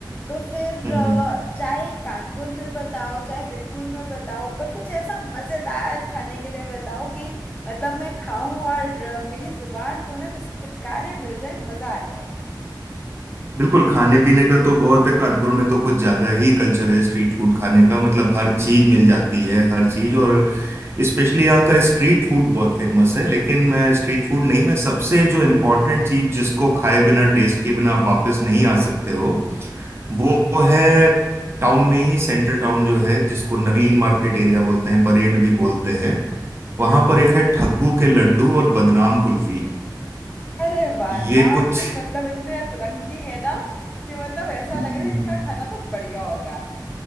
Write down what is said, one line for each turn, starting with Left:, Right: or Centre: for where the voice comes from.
Left: तो फिर
Right: हम्म
Left: अ,
Right: हम्म।
Left: चाहे कानपुर में बताओ चाहे बिठूर में बताओ पर कुछ ऐसा मज़ेदार खाने के लिए बताओ कि मतलब मैं खाऊं और अ, मेरी जुबान को ना जैसे चटकारे मिल जाए मज़ा आ जाए
Right: बिल्कुल खाने पीने का तो बहुत है कानपुर में तो कुछ ज्यादा ही कल्चर है स्ट्रीट फूड खाने का मतलब हर चीज मिल जाती है हर चीज और स्पेशली यहाँ का स्ट्रीट फूड बहुत फेमस है लेकिन मैं स्ट्रीट फूड नहीं मैं सबसे जो इम्पोर्टेंट चीज जिसको खाए बिना टेस्ट के बिना आप वापस नहीं आ सकते हो वो वो है टाउन में ही सेंट्रल टाउन जो है जिसको नवीन मार्केट एरिया बोलते हैं परेड भी बोलते हैं वहां
Left: हाँ।
Right: पर एक है ठग्गू के लड्डू और बदनाम कुल्फी
Left: अरे वाह
Right: ये
Left: नाम
Right: कुछ
Left: भी मतलब इतने अतरंगी है ना कि मतलब ऐसा
Right: जी
Left: लग रहा है इनका खाना तो बढ़िया होगा